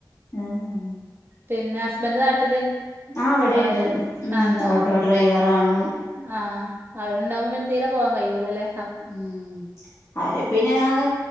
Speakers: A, on the left; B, on the right.
A: ആഹ്
B: പിന്നെ ഹസ്ബൻഡ് നാട്ടില്
A: അവിടെണ്ട്
B: ഇണ്ടാവ് ല്ലേ
A: ഉം
B: കണ്ടാ
A: ഓട്ടോ
B: ആഹ്
A: ഡ്രൈവറാണ്
B: ആഹ് അവരുണ്ടാവുമ്പോപിന്നെ തീരെ പോകാൻ കയ്യുല്ല ല്ലേ?
A: ഉം അവര് പിന്നെ അങ്